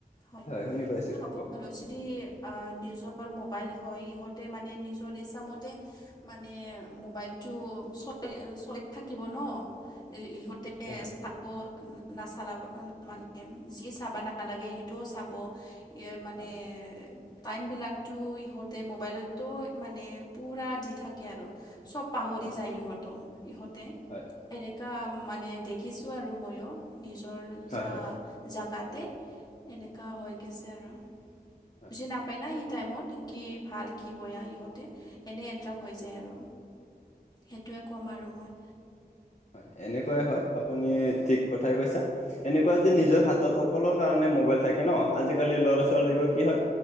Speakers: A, on the left; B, on the left.
A: হয়!
B: শুনি পাইছো
A: <unintelligible>
B: কওক
A: আঁ নিজৰ মোবাইল হয়, ইহঁতে মানে, নিজৰ ইচ্ছামতে মানে, মোবাইলটো চলি, চলি থাকিব ন'। ইহঁতে
B: হয় হয়
A: <unintelligible> নাচালাব। <unintelligible> মানে, যি চাব নালাগে, সেইটোও চাব। <unintelligible> মানে
B: হয়
A: টাইমবিলাকতো, ইহঁতে মোবাইলতো মানে, পুৰা দি থাকে আৰু। চব পাহৰি
B: হয়
A: যায় ইহঁত', ইহঁতে।
B: হয়!
A: এনেকুৱা মানে, দেখিছোঁ আৰু মইয়ো। নিজৰ
B: হয়
A: জা
B: হয় হয়
A: জাগাতে এনেকা হৈ গৈছে আৰু।
B: হয়
A: বুজি নাই সেই টাইমত। কি ভাল, কি বেয়া ইহঁতে! এনেই এট্ৰেক্ট হৈ
B: হয়
A: যাই আৰু। সেইটোৱে ক'ম আৰু মই।
B: হয়! এনেকুৱাই হয়। আপুনি ঠিক কথাই কৈছা! এনেকুৱা যদি
A: উম,
B: নিজৰ হাতত সকলোৰ কাৰণে, মোবাইল থাকে ন'! আজিকালি, ল'ৰা-
A: অঁ
B: ছোৱালীবোৰ কি হয়